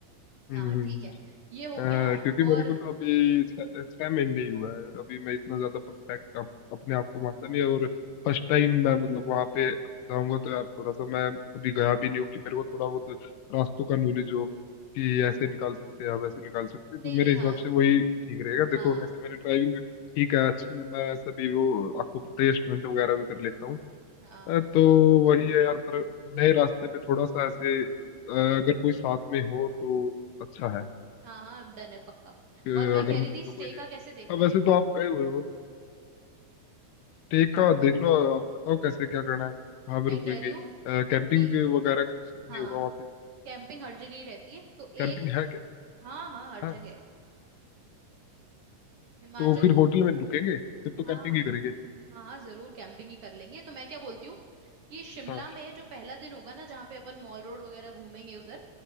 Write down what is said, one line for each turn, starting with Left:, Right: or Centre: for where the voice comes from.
Left: हम्म
Right: हाँ
Left: हम्म,
Right: ठीक
Left: हम्म।
Right: है ये हो
Left: अह,
Right: गया और
Left: क्योंकि मेरे को तो अभी छह छह महीने ही हुआ है अभी मैं इतना
Right: हम्म
Left: ज्यादा परफेक्ट अप, अपने आप को मानता नहीं और फर्स्ट टाइम मैं मतलब वहां पे जाऊंगा तो यार थोड़ा सा मैं अभी गया भी नहीं हूँ कि मेरे को थोड़ा बहुत रास्तों का नॉलेज हो
Right: हम्म
Left: कि
Right: हम्म
Left: ऐसे
Right: हम्म।
Left: निकाल सकते हैं या वैसे निकाल सकते हैं
Right: नहीं
Left: तो मेरे
Right: नहीं
Left: हिसाब
Right: हाँ
Left: से वही ठीक रहेगा
Right: हाँ
Left: देखो वैसे मेरी ड्राइविंग ठीक है अच्छी है मैं सभी वो आपको पता ही है स्टंट वगैरह भी कर लेता हूँ
Right: हाँ
Left: अह, तो वही है यार पर नए रास्ते पे थोड़ा सा ऐसे अह, अगर कोई साथ में हो तो अच्छा है
Right: हाँ हाँ डन है पक्का
Left: कि
Right: और मैं
Left: अगर
Right: कह
Left: मतलब
Right: रही थी स्टे
Left: जो कोई
Right: का कैसे देखना
Left: अब
Right: है
Left: वैसे तो आप गए हुए हो ना स्टे का देख लो आप बताओ कैसे क्या करना है कहाँ
Right: मैं
Left: पे रुकेंगे
Right: कह रही हूँ
Left: कैंपिंग
Right: कि
Left: वगैरह का तो सीन
Right: हाँ
Left: नहीं होगा वहाँ पे
Right: कैंपिंग हर जगह ही रहती है तो एक
Left: कैंपिंग है क्या
Right: हाँ हाँ हर
Left: है
Right: जगह हिमाचल
Left: तो फिर होटल में रुकेंगे फिर तो
Right: हाँ
Left: कैंपिंग
Right: हाँ।
Left: ही करेंगे
Right: हाँ हाँ जरूर कैंपिंग ही कर लेंगे तो मैं क्या बोलती हूँ कि शिमला
Left: हाँ
Right: में जो पहला दिन होगा ना जहाँ पे अपन मॉल रोड वगैरह घूमेंगे उधर